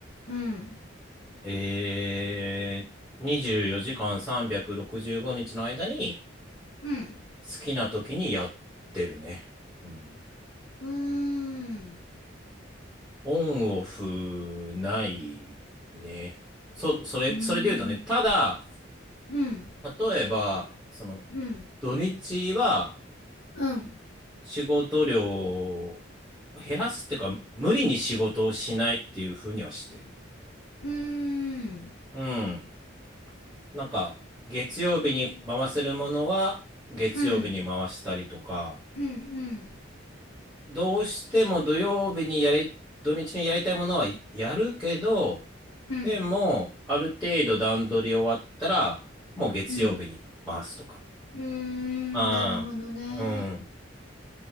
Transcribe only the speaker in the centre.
えー、24時間365日の間に
好きな時にやってるね。うん。
オンオフないね。そ、それ、
それで言うとね、ただ、
例えば、その、
土日は
仕事量を減らすっていうか、無理に仕事をしないっていうふうにはしてる。
うん。なんか、月曜日に回せるものは、月曜日に回したりとか、
どうしても土曜日にやり、土日にやりたいものはやるけど、
でも、ある程度段取り終わったら、もう月曜日に回すとか。
ああ、
うん。